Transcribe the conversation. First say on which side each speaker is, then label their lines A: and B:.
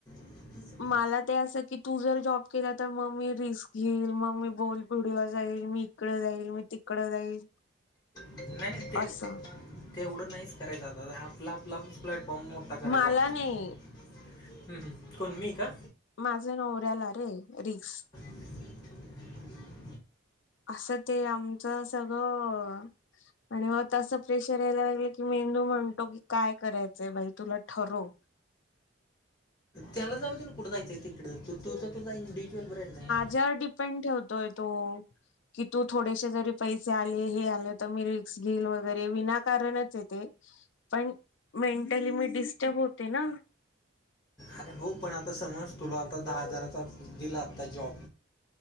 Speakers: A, on the left; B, on the left.
A: हम्मं
B: मलां ते असं की तूं जरं जॉब केलां तरं मंग मी रिस्क घेईल. मंग मी बोलबडवा जाईल मी तिकडं जाईल, मंग तिकडं जाईल,
A: नाहीं नाहीं ते
B: असं
A: तेवढं नाहींच करायचं. आं आंपल आंपल प्लॅटफॉर्म मोठां करांयचा
B: मला
A: आपणं,
B: नाही
A: कोणं मी कां?
B: माझं नवऱ्यांला रिस्क
A: <inaudible> <unintelligible>
B: असं, ते आमचं सगळं आणि मंग ते प्रेशर यांयला लागलं, की मेंदू म्हणतो की कायं करायचं बाई तुलां ठरवं.
A: त्यांला जाऊं दे नां कुठं जायचं तिकडं, तूं तुझं ब्रँड आहे.
B: माझ्यांवर डिपेंड ठेवतोय तो.. कि तूं थोडेसे जरी पैसे आले हे आले तरं, मी रिक्स घेईल वगैरें विनाकारणंचं येते पणं मेंटली मी डिस्टर्ब होते नां.
A: अरे हो, पणं आंता समजं तुलां आंता दहा हजारांचा दिला आंता जॉब.